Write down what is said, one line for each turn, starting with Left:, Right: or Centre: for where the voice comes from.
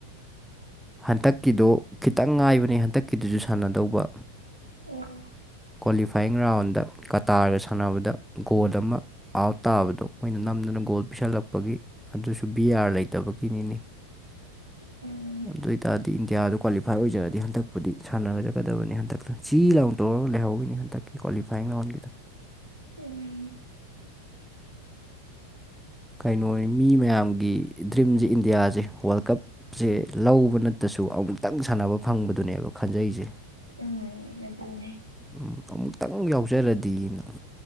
Centre: ꯍꯟꯇꯛꯀꯤꯗꯣ ꯈꯤꯇꯪ ꯉꯥꯏꯕꯅꯦ ꯍꯟꯇꯛꯀꯤꯗꯨꯁꯨ ꯁꯥꯟꯅꯗꯧꯕ
Right: ꯑꯣ
Centre: ꯀ꯭ꯋꯥꯂꯤꯐꯥꯏꯌꯤꯡ ꯔꯥꯎꯟꯗ ꯀꯇꯥꯔꯒ ꯁꯥꯟꯅꯕꯗ ꯒꯣꯜ ꯑꯃ ꯑꯥꯎꯠ ꯇꯥꯕꯗꯣ ꯃꯣꯏꯅ ꯅꯝꯗꯨꯅ ꯒꯣꯜ ꯄꯤꯁꯜꯂꯛꯄꯒꯤ ꯑꯗꯨꯁꯨ ꯕꯤ ꯑꯥꯔ ꯂꯩꯇꯕꯒꯤꯅꯤꯅꯦ
Right: ꯎꯝ
Centre: ꯑꯗꯨ ꯑꯣꯏ ꯇꯔꯗꯤ ꯏꯟꯗꯤꯌꯥꯗ ꯀ꯭ꯋꯥꯂꯤꯐꯥꯏ ꯑꯣꯏꯖꯔꯒꯗꯤ ꯍꯟꯗꯛꯄꯨꯗꯤ ꯁꯥꯟꯅꯔꯖꯒꯗꯕꯅꯤ ꯍꯟꯗꯛꯇ ꯆꯤ ꯂꯥꯎꯗꯧꯔꯤꯅꯤ ꯂꯩꯍꯧꯔꯦ ꯍꯟꯇꯛꯀꯤ ꯀ꯭ꯋꯥꯂꯤꯐꯥꯏꯌꯤꯡ ꯔꯥꯎꯟꯗꯒꯤꯗ
Right: ꯎꯝ
Centre: ꯀꯩꯅꯣꯅꯤ ꯃꯤ ꯃꯌꯥꯝꯒꯤ ꯗ꯭ꯔꯤꯝꯁꯦ ꯏꯟꯗꯤꯌꯥꯁꯦ ꯋꯥꯔꯜ ꯀꯞ ꯁꯦ ꯂꯧꯕ ꯅꯠꯇꯁꯨ ꯑꯃꯨꯛꯇꯪ ꯁꯥꯟꯅꯕ ꯐꯪꯕꯗꯨꯅꯦꯕ ꯈꯟꯖꯩꯁꯦ
Right: ꯎꯝ ꯑꯗꯨꯅꯦ
Centre: ꯎꯝ ꯑꯃꯨꯛꯇꯪ ꯌꯥꯎꯖꯔꯗꯤꯅ